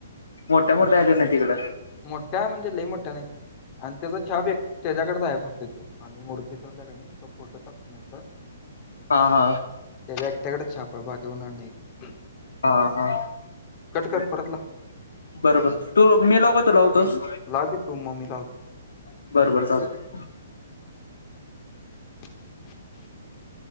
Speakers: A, on the left (about 80°); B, on the left (about 35°).
A: मोठ्या-मोठया आहेते ना तिकड?
B: मोठ्या म्हणजे लई मोठ्या नाहीत आणि त्याचा छाप एक त्याच्याकड आहे फक्त. आणि् मूर्ती ठरल्या कणी तो फोटो टाकते नंतर.
A: हा हा
B: <inaudible> त्याझ एकट्याकडच चाप आहे बाकी <unintelligible> नाही.
A: हा हा,
B: कट कर
A: <inaudible>
B: परत लाव
A: बरोबर तू मी लाऊ का तू लावतोस?
B: लाव की तू मग मी लावतो
A: <inaudible> बर बर चालत.
B: <inaudible>